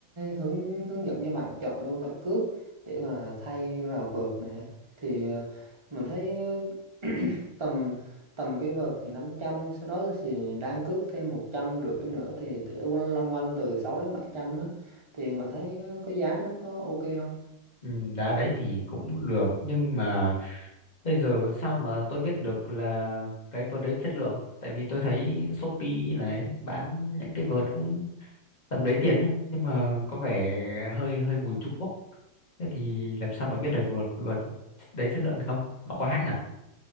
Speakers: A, on the right; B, on the left.
A: hướng hướng dẫn cho bạn chọn luôn loại cước để mà thay vào vợt nè thì ờ, mình thấy <coughs> ờ, <clears throat> tầm tầm cái vợt thì năm trăm sau đó thì đang cước thêm một trăm rưỡi nữa thì để loanh quanh từ 6 đến 700 á thì bạn thấy có giá nó có ok không
B: Ừ, đá đấy thì cũng được nhưng mà bây giờ sao mà tôi biết được là cái vợt đấy chất lượng? Tại vì tôi thấy Shopee này bán những cái vợt cũng tầm đấy tiền đấy nhưng mà có vẻ hơi hơi mùi Trung Quốc. Thế thì làm sao mà biết được vợt vợt đấy chất lượng hay không? Nó có hãng à?